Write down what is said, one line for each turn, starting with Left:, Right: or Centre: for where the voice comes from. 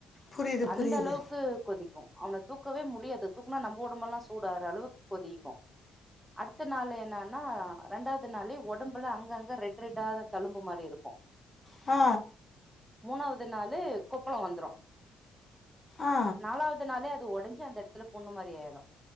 Left: புரியுது
Centre: அந்த
Left: புரியுது
Centre: அளவுக்கு கொதிக்கும் அவன தூக்கவே முடியாது தூக்கனா நம்ப ஒடம்பெல்லாம் சூடார அளவுக்கு கொதிக்கும் அடுத்த நாள் என்னன்னா ரெண்டாவது நாள்ளே ஒடம்புல அங்க அங்க ரெட் ரெட்டாத தழும்பு மாரி இருக்கும்
Left: ஆ
Centre: மூணாவது நாளு கொப்பளம் வந்துரும்
Left: ஆ
Centre: நாலாவது நாளே அது ஒடஞ்சி அந்த எடத்துல புண்ணு மாரி ஆய்டும்